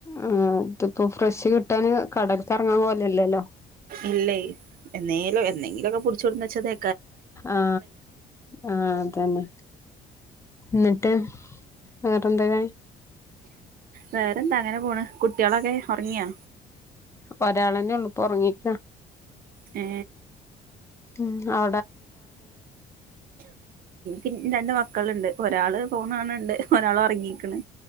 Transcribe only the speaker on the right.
ഇല്ലയ്. നേ എന്നെങ്ങിലൊക്കെ പുടിച്ചുകൊൺന്നുവച്ചതേ
വേറെന്താ അങ്ങനെ പോണ് കുട്ടികളൊക്കെ ഉറങ്ങിയാ
ഏ
എനിയ്ക്ക് രണ്ട് മക്കളുണ്ട്. ഒരാള് ഫോണ് കാണണ്ട് ഒരാള് ഉറങ്ങിയേക്കണ്.